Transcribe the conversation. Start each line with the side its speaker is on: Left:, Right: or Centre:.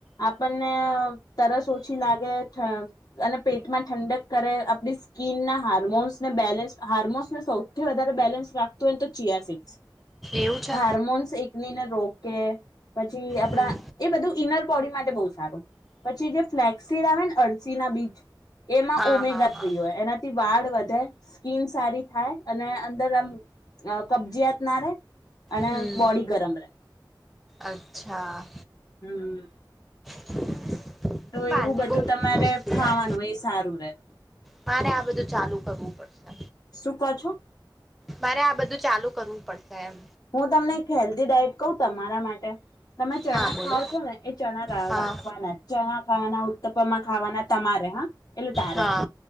Left: આપણે તરસ ઓછી લાગે અને પેટમાં ઠંડક કરે આપણી સ્કીનના હાર્મોન્સને બેલેન્સ હાર્મોન્સને સૌથી વધારે બેલેન્સ રાખતું હોય ને તો ચિયાસીડ્સ.
Centre: એવું છે
Left: હાર્મોન્સ એકની ને રોક કે પછી આપડા
Centre: હમ
Left: એ બધું ઇનર બોડી માટે બહુ સારું પછી જે ફ્લેક્સીડ આવે ને અરસી ના બીજ એમાં
Centre: હા
Left: ઓમેગા
Centre: હા હા
Left: થ્રી હોય એનાથી વાળ વધે સ્કીિન સારી થાય અને અંદર આમ કબજીયાત ના રે અને
Centre: હમ
Left: બોડી ગરમ રે.
Centre: અચ્છા!
Left: હમ્મ.
Centre: <inaudible>
Left: તો
Centre: બહારની
Left: એવું બધું
Centre: બહુ વસ્તુ
Left: તમારે ખાવાનું
Centre: યાર
Left: એ સારું રે
Centre: મારે આ બધું ચાલુ કરવું પડશે
Left: શું ક છો
Centre: મારે આ બધું ચાલુ કરવું પડશે એમ
Left: હું તમને એક હેલ્ધી ડાયટ કઉ તમારા માટે તમે ચણા
Centre: હા બોલો
Left: ખાાવ છો ને એ ચણા
Centre: હા
Left: રાખવાના ચણા ખાવાના ઉત્તપ માં ખાવાના તમારે હા એટલે તારે
Centre: હા